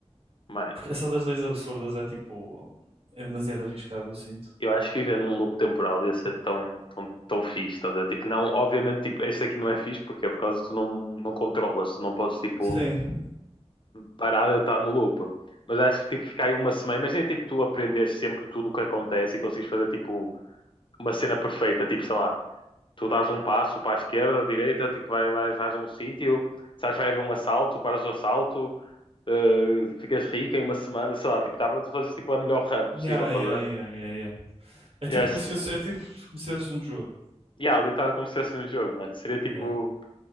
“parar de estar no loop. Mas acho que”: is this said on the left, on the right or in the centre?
Left